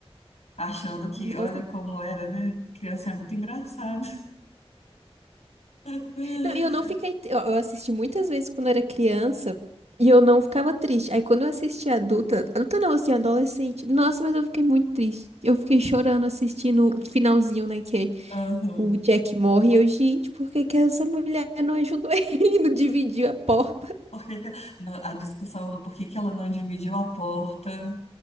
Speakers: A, on the left; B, on the right.
A: Achando que, olha
B: Nossa.
A: como era, né? Criança é muito engraçada. <laughs>
B: Não, e eu não fiquei, eu eu assisti muitas vezes quando era criança e eu não ficava triste. Aí quando eu assisti adulta, adulta não, assim, adolescente. Nossa, mas eu fiquei muito triste. Eu fiquei chorando assistindo o finalzinho, né, que é
A: Aham.
B: O Jack morre e eu, gente, por que que essa mulher não ajudou ele, <laughs> não dividiu a porta?
A: Por que que- no- a discussão do porquê que que ela não dividiu a porta